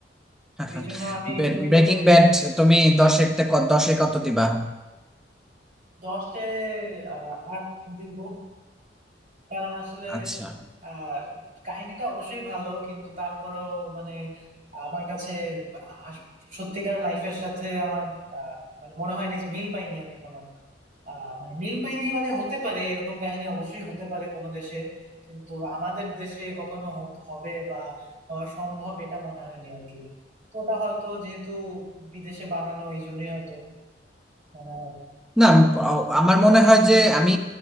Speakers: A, in the centre; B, on the right.
A: <laughs>
B: তো এই জন্য আমি মুভিটা
A: ব্রেকিং
B: ফেরত
A: ব্যাড
B: এসেছি
A: তুমি দশে তে ক- দশে কত দিবা
B: দশে আহ আট দিব কারণ আসলে
A: আচ্ছা
B: আহ কাহিনীটা অবশ্যই ভালো কিন্তু তারপরেও মানে আমার কাছে আস- সত্যিকার লাইফের সাথে আমার আহ, মানে মনে হয়নি যে মিল পাইনি আমি কোনো আহ, মানে মিল পাইনি মানে হতে পারে এরকম কাহিনী অবশ্যই হতে পারে কোনো দেশে কিন্তু আমাদের দেশে কখনো হত- হবে বা হওয়া সম্ভব এটা মনে হয়নি আর কি তো ওটা হয়তো যেহেতু বিদেশে বানানো এই জন্যই হয়তো মনে
A: না আমি প- আমার মনে হয় যে আমি